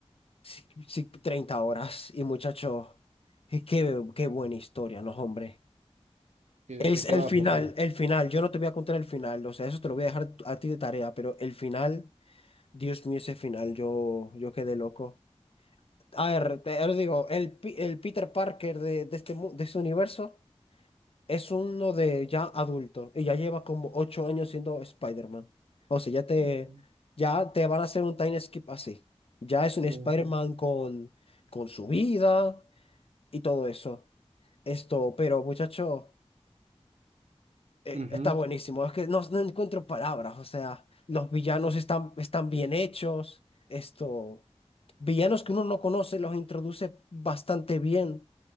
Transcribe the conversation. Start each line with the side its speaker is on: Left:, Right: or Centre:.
Left: si- si- 30 horas. Y muchacho, y qué, qué buena historia, ¿no, hombre?
Right: ¿Qué-
Left: Es
Right: ¿De qué
Left: el
Right: va,
Left: final,
Right: pero?
Left: el final. Yo no te voy a contar el final, o sea, eso te lo voy a dejar a ti de tarea, pero el final, Dios mío, ese final, yo, yo quedé loco. A ver, te, os digo, el, Pi- el Peter Parker de, de este, mu- de este universo Es uno de ya adulto y ya lleva como ocho años siendo Spider-Man. O sea, ya te,
Right: Mm,
Left: ya te van a hacer un time skip así. Ya es un Spider-Man
Right: o-
Left: con, con su vida y todo eso. Esto, pero muchacho, eh,
Right: Ujú.
Left: está buenísimo. Es que no, no encuentro palabras. O sea, los villanos están, están bien hechos. Esto, villanos que uno no conoce los introduce bastante bien